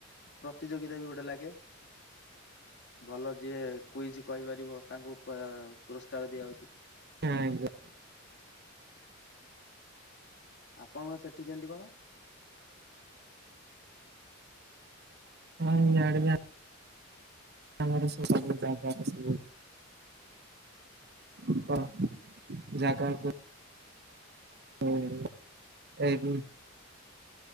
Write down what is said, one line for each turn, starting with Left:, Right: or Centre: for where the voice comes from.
Left: ପ୍ରତିଯୋଗିତା ବି ଗୋଟେ ଲାଗେ। ଭଲ ଯିଏ କୁଇଜ୍ କହିପାରିବ ତାଙ୍କୁ ପାଁ ପୁରସ୍କାର ଦିଆହଉଛି।
Right: ଆଜ୍ଞା।
Left: ଆପଣଙ୍କର ସେଇଠି କେମିତି କଣ?
Right: <unintelligible> ଆମ ଆଡେ ବି ସବୁ। <unintelligible> <unintelligible> ଜାଗା କୁ ହୁଁ। <unintelligible>